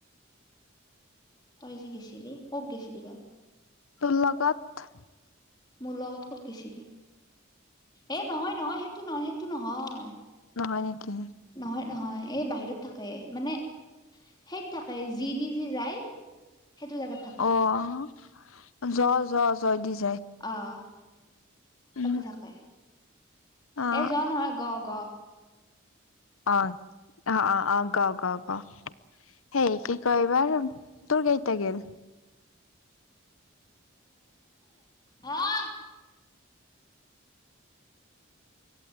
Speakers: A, on the left (about 20°); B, on the left (about 80°).
A: তই যে গৈছিলি কত গেছিলি বা
B: তুৰ লগত
A: মোৰ লগত কত গৈছিলি এ নহয় নহয় সেইটো নহয় সেইটো নহয়
B: নহয় নেকি
A: নহয় নহয় এই বাহিৰত থাকে মানে সেইত থাকে যি দি যি যায় সেইটো জাগাত থাকে
B: অ', জ জ জয় দিছ
A: আহ
B: উম,
A: তাতে থাকে
B: অ',
A: এ জ নহয় গ গ
B: অ অ অ অ গ অ গ গ সেই কি কই বা তোৰ কেইটা গল
A: অহ